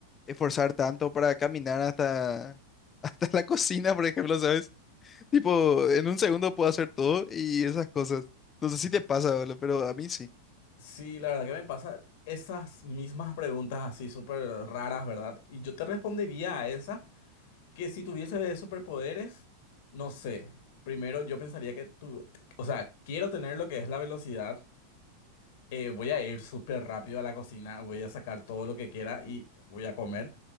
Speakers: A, on the left; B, on the left.
A: esforzar tanto para caminar hasta, <laughs> hasta la cocina, por ejemplo, ¿sabes? Tipo, en un segundo puedo hacer todo y esas cosas. No sé si te pasa, boludo, pero a mí sí.
B: Sí, la verdad que me pasa esas mismas preguntas así súper raras, ¿verdad? Y yo te respondería a esa que si tuviese superpoderes, no sé. Primero yo pensaría que tú, o sea, quiero tener lo que es la velocidad. eh, voy a ir súper rápido a la cocina, voy a sacar todo lo que quiera y voy a comer.